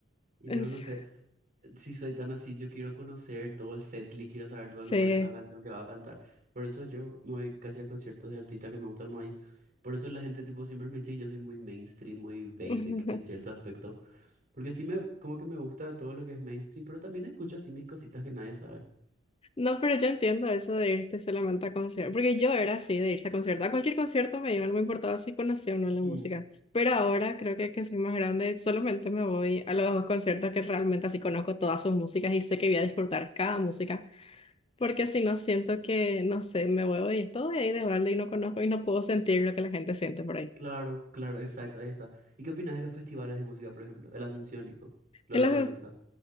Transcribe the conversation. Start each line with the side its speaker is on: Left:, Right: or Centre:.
Right: Y
Left: Es-
Right: yo no sé, si soy tan así, yo quiero conocer todo el setlist, quiero saber todo
Left: Sí.
Right: de memoria cada canción que va a cantar. Por eso yo me voy casi a conciertos de artistas que me gustan más y por eso la gente tipo siempre me dice que yo soy muy mainstream, muy basic
Left: <laughs>
Right: en ciertos aspectos, porque sí me como que me gusta todo lo que es mainstream, pero también escucho así mis cositas que nadie sabe.
Left: No, pero yo entiendo eso de irte solamente a conciertos, porque yo era así, de irse a conciertos. A cualquier concierto me iba, no me importaba si conocía o no la
Right: Mm.
Left: música. Pero ahora creo que, que soy más grande, solamente me voy a los conciertos que realmente así conozco todas sus músicas y sé que voy a disfrutar cada música, porque si no siento que, no sé, me voy y estoy ahí de balde y no conozco y no puedo sentir lo que la gente siente por ahí.
Right: Claro, claro, exacto, ahí está. ¿Y qué opinas de los festivales de música, por ejemplo? El Asunciónico, Lollapalooza.
Left: En las-